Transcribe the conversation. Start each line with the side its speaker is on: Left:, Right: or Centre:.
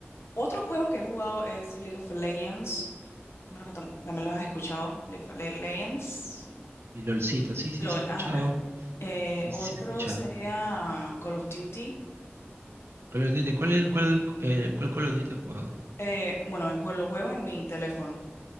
Left: otro juego que he jugado es League of Legends. Bueno, que tam- también lo has escuchado. League of Le- Legends.
Right: Y LOLcito, sí, sí,
Left: LOL,
Right: sí he escuchado,
Left: ajá. Eh,
Right: sí,
Left: otro
Right: sí he escuchado.
Left: sería Call of Duty.
Right: Call of Duty, ¿cuál, es- cuál, eh, cuál Call of Duty has jugado?
Left: Eh, bueno, en jue- lo juego en mi teléfono,